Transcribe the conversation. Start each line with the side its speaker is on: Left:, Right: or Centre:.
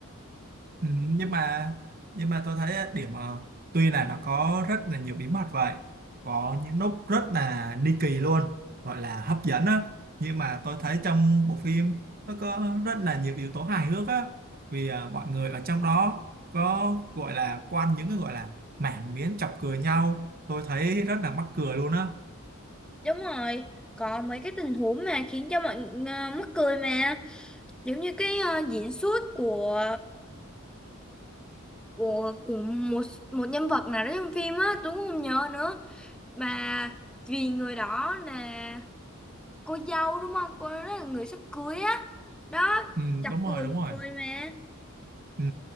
Right: Ừ, nhưng mà nhưng mà tôi thấy á, điểm ờ, tuy là nó có rất là nhiều bí mật vậy có những lúc rất là ni kỳ luôn gọi là hấp dẫn á nhưng mà tôi thấy trong bộ phim nó có rất là nhiều yếu tố hài hước á vì ờ, mọi người ở trong đó có gọi là quanh những cái gọi là mảng miếng chọc cười nhau tôi thấy rất là mắc cười luôn á
Centre: Đúng rồi, có mấy cái tình huống mà khiến cho mọi người ờ, mắc cười mà. giống như cái ờ, diễn xuất của của của một một nhân vật nào đó trong phim á Tuấn không nhớ nữa mà vì người đó là cô dâu đúng không cô đó là người sắp cưới á đó
Right: ừ,
Centre: chọc
Right: đúng rồi
Centre: cười
Right: đúng
Centre: mọi
Right: rồi
Centre: người mà
Right: Ừ,